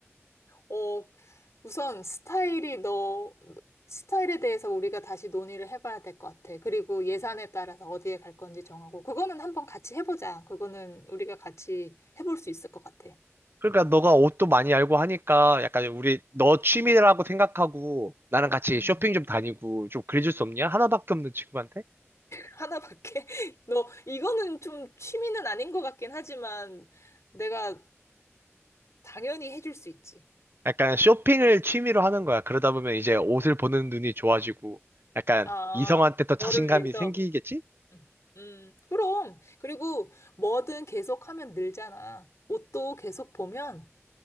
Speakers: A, on the left; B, on the right.
A: 어, 우선 스타일이 너, 스타일에 대해서 우리가 다시 논의를 해봐야 될 것 같아. 그리고 예산에 따라서 어디에 갈 건지 정하고, 그거는 한번 같이 해보자. 그거는 우리가 같이 해볼 수 있을 것 같아.
B: 그러니까 너가 옷도 많이 알고 하니까 약간 우리 너 취미라고 생각하고 나랑 같이
A: 음.
B: 쇼핑 좀 다니고 좀 그래줄 수 없냐? 하나밖에 없는 친구한테?
A: 하나밖에? <laughs> 너, 이거는 좀 취미는 아닌 것 같긴 하지만, 내가 당연히 해줄 수 있지.
B: 약간 쇼핑을 취미로 하는 거야. 그러다 보면 이제 옷을 보는 눈이 좋아지고 약간
A: 아,
B: 이성한테 더
A: 너를
B: 자신감이
A: 위해서.
B: 생기겠지?
A: 음, 음, 그럼. 그리고 뭐든 계속하면 늘잖아. 옷도 계속 보면,